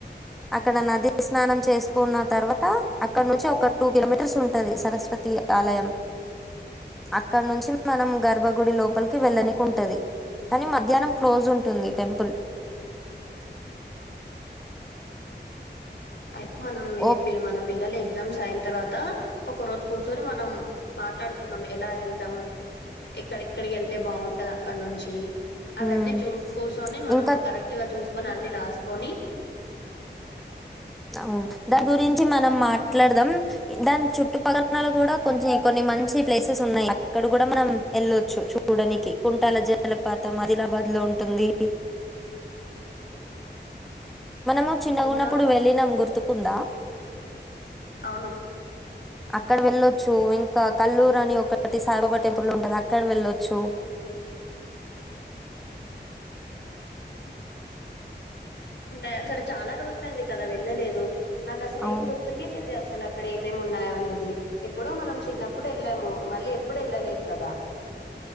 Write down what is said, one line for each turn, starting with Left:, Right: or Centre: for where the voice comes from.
Centre: అక్కడ నది స్నానం చేసుకున్న తర్వాత అక్కడ నుంచి ఒక టూ కిలోమీటర్స్ ఉంటది సరస్వతి ఆలయం. అక్కడ నుంచి మనం గర్భగుడి లోపలికి వెళ్ళనికి ఉంటది. కనీ మధ్యాహ్నం క్లోజుంటుంది టెంపుల్.
Left: అయితే మనం ఈ
Centre: ఓ
Left: పి మన పిల్లలు ఎగ్ ఎక్సమ్స్ అయిన్తర్వాత ఒక రోజు కూర్చొని మనం మాట్లాడుకుందాం, ఎలా ఎళ్దాం ఎక్కడెక్కడికి ఎళ్తే బాగుంటది అక్కడ నుంచి. అవన్నీ
Centre: ఉమ్.
Left: చూస్ కూసొని మనం
Centre: ఇంకా
Left: కరెక్ట్ గా చూస్ కొని అన్ని రాసుకొని
Centre: అవును దాని గురించి మనం మాట్లాడదాం, దాని చుట్టుపక్కల కూడా కొన్ని కొన్ని మంచి ప్లేసెస్ ఉన్నాయి. అక్కడ గుడా మనం ఎళ్లొచ్చు చూడనికి కుంటాల జలపాతం ఆదిలాబాద్ లో ఉంటుంది. మనము చిన్నగున్నప్పుడు
Left: ఇంకా
Centre: వెళ్లినం గుర్తుక్ కుందా
Left: అవును
Centre: అక్కడ వెళ్ళొచ్చు ఇంకా కల్లూరు అని ఒకటి సాయిబాబా టెంపుల్ ఉంటది అక్కడ వెళ్ళొచ్చు.
Left: ఉంటాయి సరే చాలా రోజులైంది కదా వెళ్ళలేదు. నాకసలు
Centre: అవును
Left: ఏం గుర్తుకే లేదే అసల అక్కడ్ ఏమేమి ఉన్నాయ అనేది, ఎప్పుడో మనం చిన్నప్పుడు ఎళ్ళాము, మళ్ళీ ఎప్పుడు ఎళ్ళలేదు కదా?